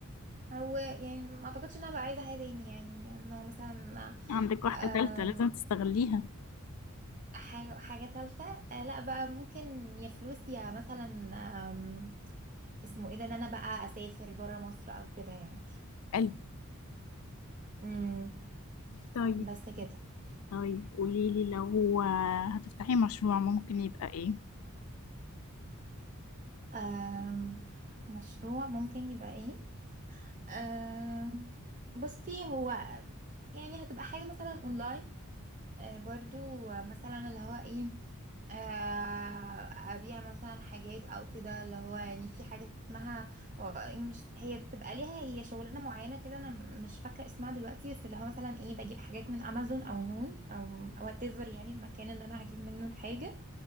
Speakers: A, on the right; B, on the left.
A: هو يعني ما اعتقدش ان انا بقى عايزه حاجه تاني يعني ان هو مثلا
B: عندك واحدة
A: آم،
B: تالتة لازم تستغليها
A: حاجه حاجه ثالثه لا بقى ممكن يا فلوس يا مثلا آم، اسمه ايه ده ان انا بقى اسافر بره مصر او كده يعني
B: حلو
A: امم
B: طيب
A: بس كده
B: طيب قولي لي لو آه، هتفتحي مشروع ممكن يبقى ايه
A: آم، مشروع ممكن يبقى ايه آم، بصي هو يعني هتبقى حاجه مثلا اونلاين آه، برضو آه، مثلا اللي هو ايه آه، ابيع مثلا حاجات او كده اللي هو يعني في حاجه اسمها آه، مش هي بتبقى ليها هي شغلانه معينه كده انا مش فاكره اسمها دلوقتي بس اللي هو مثلا ايه بجيب حاجات من امازون او نون او وات ايفر يعني المكان اللي انا هجيب منه الحاجه